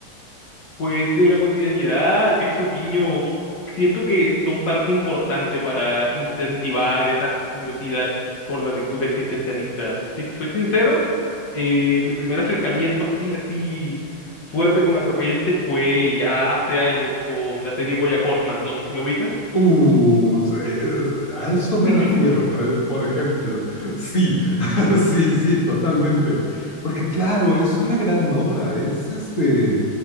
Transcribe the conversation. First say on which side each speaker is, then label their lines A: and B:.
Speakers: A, on the left; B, on the left.
A: Pues en la cotidianidad, esos guiños siento que son parte importante para incentivar esa curiosidad por la lectura existencialista. Si te soy sincero, eh, mi primer acercamiento así, así fuerte con la corriente fue ya hace años con la serie BoJack Horseman. No sé si lo ubicas.
B: Uh, eh, a eso
A: <laughs>
B: me refiero, pre- por ejemplo. Sí, <laughs> sí, sí, totalmente. Porque claro, es una gran obra, es este,